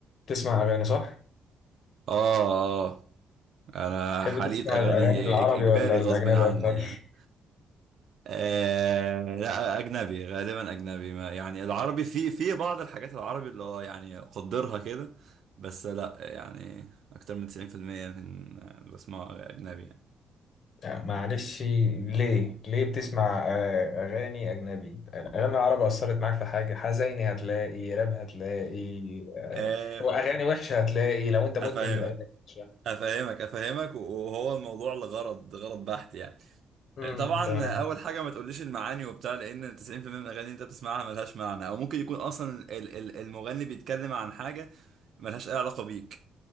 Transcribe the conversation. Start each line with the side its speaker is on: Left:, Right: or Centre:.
Left: تسمع أغاني صح؟
Right: اه اه انا
Left: تحب
Right: حريت
Left: تسمع
Right: اغاني
Left: الأغاني العربي
Right: إج- اجباري
Left: ولا الأجنبي
Right: غصب عني
Left: أكتر؟
Right: يعني آه لا اجنبي غالبا اجنبي ما يعني العربي في في بعض الحاجات العربي اللي هو يعني قدرها كده بس لا يعني اكتر من 90% من اللي بسمعه اجنبي يعني
Left: يعني معلش ليه؟ ليه بتسمع آه، أغاني أجنبي؟ الأغاني العربي أثرت معاك في حاجة حزيني هتلاقي راب هتلاقي آه،
Right: آه
Left: وأغاني وحشة هتلاقي لو أنت مدمن
Right: افهمك
Left: الأغاني الوحشة
Right: افهمك افهمك وهو الموضوع لغرض غرض بحت يعني
Left: امم
Right: طبعا
Left: تمام
Right: اول حاجه ما تقوليش المعاني وبتاع لان 90% من الاغاني اللي انت بتسمعها ملهاش معنى او ممكن يكون اصلا ال- ال- المغني بيتكلم عن حاجه ملهاش اي علاقه بيك